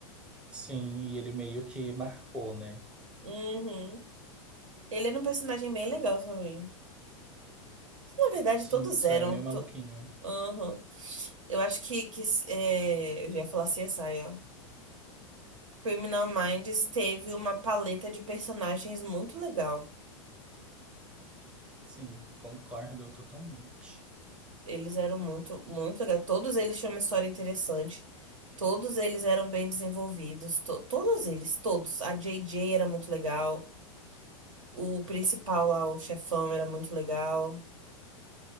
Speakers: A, in the centre; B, on the right.
A: sim, e ele meio que marcou, né?
B: Uhum. Ele era um personagem bem legal também. Na verdade,
A: Sim,
B: todos
A: isso
B: eram.
A: era meio
B: To...
A: maluquinho.
B: Uhum. Eu acho que, que é, eu já ia falar CSI, ó. Criminal Minds teve uma paleta de personagens muito legal.
A: Sim, concordo totalmente.
B: Eles eram muito, muito legais. Todos eles tinham uma história interessante. Todos eles eram bem desenvolvidos. To- todos eles, todos. A JJ era muito legal. O principal lá, o chefão, era muito legal.